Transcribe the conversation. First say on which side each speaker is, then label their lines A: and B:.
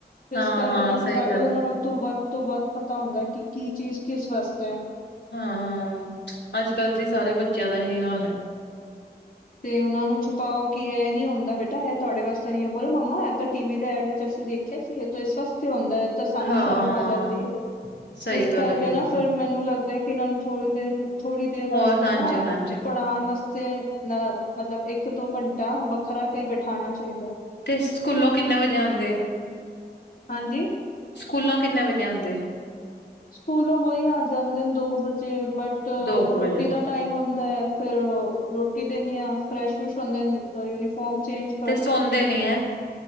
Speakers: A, on the left; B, on the left.
A: ਹਾਂ
B: ਇਸ ਕਰਕੇ
A: ਹਾਂ
B: ਉਨ੍ਹਾਂ ਨੂੰ
A: ਸਹੀ
B: ਡਾਟੋ
A: ਗੱਲ
B: ਉਨਾ
A: ਹੈ
B: ਨੂੰ ਤੋਂ ਵੱਧ ਤੋਂ ਵੱਧ ਪਤਾ ਹੁੰਦਾ ਕਿ ਕੀ ਚੀਜ਼ ਕਿਸ ਵਾਸਤੇ ਐ।
A: ਹੂੰ ਅੱਜ-ਕੱਲ੍ਹ ਜੀ ਸਾਰੇ ਬੱਚਿਆਂ ਦਾ ਐਹੀ ਹਾਲ ਐ।
B: ਤੇ ਉਨ੍ਹਾਂ ਨੂੰ ਛੁਪਾਓ ਕਿ ਏ ਨੀ ਹੁੰਦਾ ਬੇਟਾ ਐ ਤੁਆਡੇ ਵਾਸੇ ਨੀ ਐ ਬੋਲੋ ਮੰਮਾ ਐ ਤੇ ਟੀ ਵੀ ਦੇ ਐਡ ਵਿਚ ਅਸੀ ਦੇਖ ਖਿਆ ਸੀ ਏ ਤੇ ਏਸ ਵਸਤੇ ਹੁੰਦਾ ਤੇ ਸਾਨੂੰ
A: ਹਾਂ
B: ਸ਼ਰਮ ਆ ਜਾਂਦੀ ਏ।
A: ਸਹੀ
B: ਏਸ
A: ਗੱਲ
B: ਕਰਕੇ
A: ਹੈ ਬਿਲਕੁਲ
B: ਨਾ ਫੇਰ ਮੈਨੂੰ ਲਗਦਾ ਕਿ ਏਨਾ ਨੂੰ ਥੋੜੀ ਦੇਰ ਥੋੜੀ ਦੇਰ ਵਾਸਤੇ
A: ਹੋਰ ਹਾਂਜੀ
B: ਨਾ
A: ਹਾਂਜੀ
B: ਪੜ੍ਹਾਣ ਵਸਤੇ ਨ ਮਤਲਬ ਏਕ ਦੋ ਘੰਟਾ ਵੱਖਰਾ ਕਈ ਬਠਾਣਾ ਚਈਦਾ।
A: ਤੇ ਸਕੂਲੋਂ ਕਿੰਨੇ ਵਜੇ ਆਉਂਦੇ ਏ?
B: ਹਾਂਜੀ।
A: ਸਕੂਲੋਂ ਕਿੰਨੇ ਵੱਜੇ ਆਂਦੇ ਏ?
B: ਸਕੂਲੋ ਵੋਯੀ ਆ ਜਾਂਦੇ ਦੋ ਵੱਜੇ ਬਟ
A: ਦੋ ਕੁ
B: ਰੋਟੀ
A: ਵਜੇ
B: ਦਾ ਟਾਈਮ ਹੁੰਦਾ ਅ ਫੇਰ ਰੋਟੀ ਦੇਣੀ ਆ ਫਰੈਸ਼-ਫਰੁਸ਼ ਹੁੰਦੇ ਨੇ ਯੂਨੀਫੋਮ ਚੇਂਜ
A: ਤੇ ਸੋਂਦੇ ਨੇ ਐ।